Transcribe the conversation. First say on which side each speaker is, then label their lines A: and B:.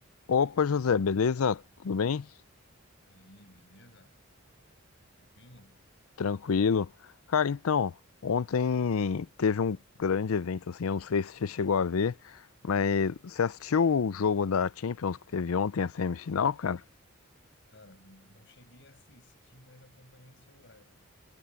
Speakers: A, on the left; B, on the left.
A: Opa, José, beleza? Tudo bem?
B: E aí, beleza? Tranquilo?
A: Tranquilo? Cara, então, ontem teve um grande evento, assim, eu não sei se você chegou a ver, mas você assistiu o jogo da Champions que teve ontem, a semifinal, cara?
B: Cara, n- não cheguei a assistir, mas acompanhei no celular, cara.